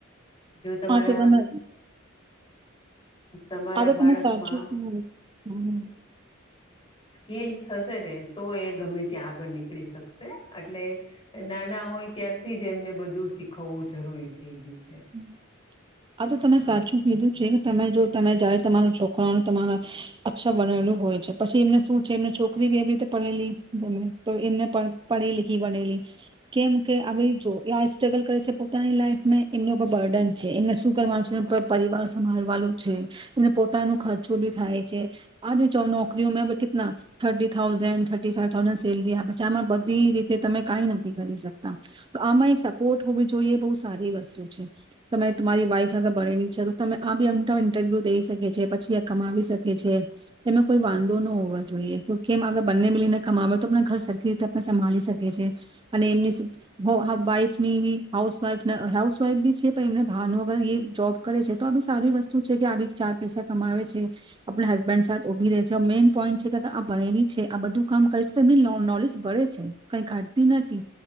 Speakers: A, on the left (about 25°); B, on the right (about 25°).
A: જો તમારા
B: હા તો તમે
A: તમારા
B: આ તો તમે
A: બાળકમાં
B: સાચું હમ હમ
A: સ્કીલસ હશે ને તો એ ગમે ત્યાં આગળ નીકળી શકશે એટલે નાના હોય ત્યારથી જ એમને બધું શીખવવું જરૂરી થઈ ગયું છે.
B: હમ આ તો તમે સાચું કીધું છે ને તમે જો તમે જાય તમા છોકરાનું તમારા અક્ષર બનેલું હોય છે પછી એમને શું છે એમને છોકરી બી એવી રીતે પડેલી ગમે તો એમને પઢી લીખી ભનેલી કેમ કે અવે જો એ આસ સ્ટ્રગલ કરે છે પોતાની લાઈફમેં એમના પર બર્ડન છે એમને શું કરવાનું છે એ પરિવાર સંભળવાનું છે એમને પોતાનું ખર્ચો બી થાય છે આજ નોકરીઓ મેં કેટલા thirty thousand thirty five thousand salary આપે છે આમાં બધી રીતે તમે કઈ નથી કરી શકતા તો આમાં એક સપોર્ટ હોવવી જોઈએ બહુ સારી વસ્તુ છે છે તમે તમારી વાઈફ અગર ભનેલી છે તો તમે આ બીમ ઇન્ટરવ્યુ દઈ શકે છે પછી આ કમાવી શકે છે એમાં કોઈ વાંધો ન હોવો જોઈએ ક્યુંકી એમાં અગર બંને મલીને કમાવે તો ઘર સરખી રીતે પન સંભાળી શકે છે અને એમની વાઈફની બી હાઉસવાઈફ હઉ ફ બી છે એમને ભાવનું અગર એ જોબ કરે છે તો આ બી સારી વસ્તુ છે કે આ બી ચાર પૈસા કમાવે છે આપણા હસબેન્ડ સાથે ઉભી રહે છે મેઈન પોઈન્ટ છે કે આ ભણેલી છે આ બધું કામ કરે છે તો એમની નોલેજ ભળે છે કઈ કાઢતી નથી